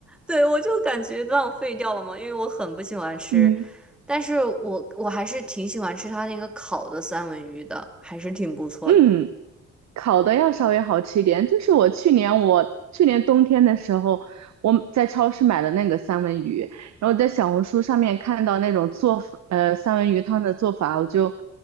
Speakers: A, in the centre; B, on the right (about 65°).
A: 对，我就感觉浪费掉了嘛，因为我很不喜欢吃，
B: <laughs> 嗯
A: 但是我我还是挺喜欢吃他那个烤的三文鱼的，还是挺不错的，
B: 嗯。烤的要稍微好吃一点。就是我去年我去年冬天的时候，我在超市买的那个三文鱼，然后在小红书上面看到那种做法，呃，三文鱼汤的做法，我就